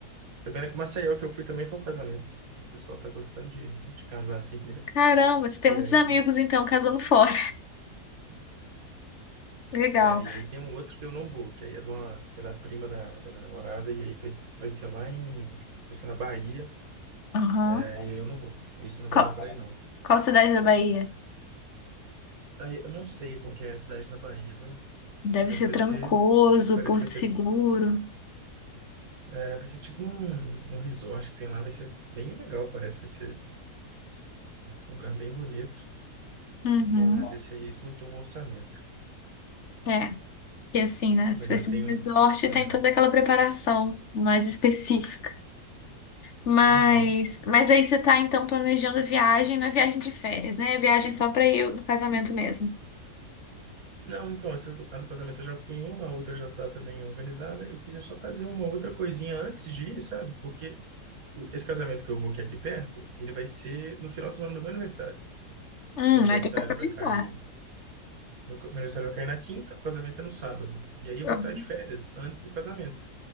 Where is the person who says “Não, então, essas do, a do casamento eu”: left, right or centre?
Right